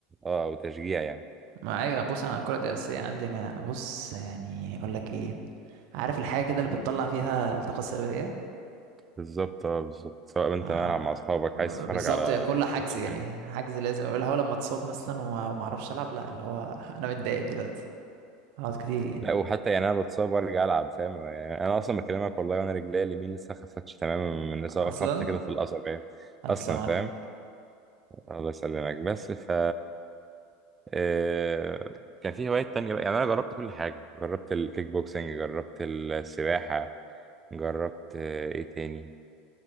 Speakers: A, on the right (about 20°); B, on the right (about 65°).
A: اه او تشجيع يعني
B: ما ايوه بص انا الكرة دي اساسية عندي انا بص يعني اقول لك ايه عارف الحاجة كده اللي بتطلع فيها الطاقة السلبية
A: بالظبط اه بالظبط سواء انت
B: ما-
A: ملعب مع اصحابك عايز تتفرج
B: بالظبط
A: على
B: كل حجز
A: ماتش
B: يعني
A: حلو
B: حجز لازم اللي هو لما اتصاب مثلا وما وما اعرفش العب لا اللي هو <laughs> انا متضايق دلوقتي هقعد كتير يعني
A: لا وحتى يعني انا بتصاب وارجع العب فاهم يعني انا اصلا بكلمك والله وانا رجلي اليمين لسه ما خفتش تماما من اصابه
B: اصلا
A: خبطه كده في القصبة يعني
B: الف
A: اصلا
B: سلام عليك
A: فاهم الله يسلمك بس ف آه، كان في هوايات تانية بقى يعني انا جربت كل حاجه جربت الكيك بوكسنج جربت السباحه جربت آه، ايه تاني